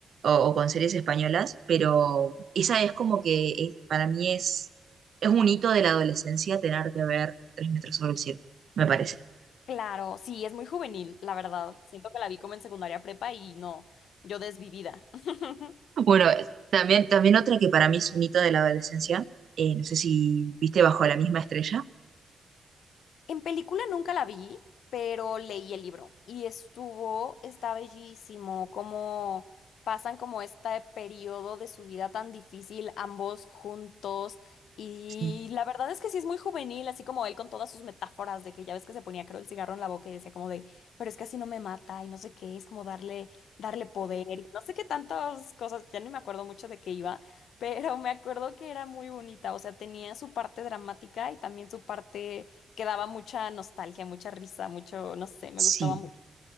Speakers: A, on the right (about 50°); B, on the left (about 80°).
A: o, o con series españolas, pero esa es como que es- para mí es, es un hito de la adolescencia tener que ver Tres metros sobre el cielo, me parece.
B: Claro, sí, es muy juvenil, la verdad. Siento que la vi como en secundaria prepa y no, yo desvivida. <laughs>
A: Bueno, también, también otra que para mí es un hito de la adolescencia, eh, no sé si viste Bajo la misma estrella.
B: En película nunca la vi, pero leí el libro y estuvo, está bellísimo, cómo pasan como este periodo de su vida tan difícil ambos juntos y
A: Sí.
B: la verdad es que sí es muy juvenil, así como él con todas sus metáforas de que ya ves que se ponía creo el cigarro en la boca y decía como de, pero es que así no me mata y no sé qué, es como darle, darle poder y no sé qué tantas cosas, ya ni me acuerdo mucho de qué iba, pero me acuerdo que era muy bonita, o sea, tenía su parte dramática y también su parte que daba mucha nostalgia, mucha risa, mucho, no sé, me
A: Sí.
B: gustaba mucho.